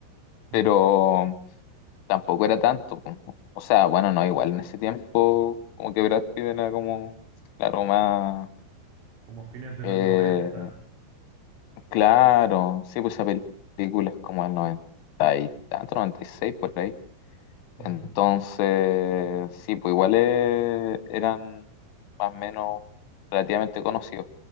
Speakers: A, on the right; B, on the left.
A: Mm,
B: pero Tampoco era tanto, po. O sea, bueno, no, igual en ese tiempo, como que Brad Pitt era como, claro, más.
A: Como fines de
B: eh,
A: los noventa
B: claro, sí, pues esa película es como el 90 y tanto, 96 por ahí.
A: Mm,
B: Entonces, sí, pues igual eh, eran más o menos relativamente conocidos.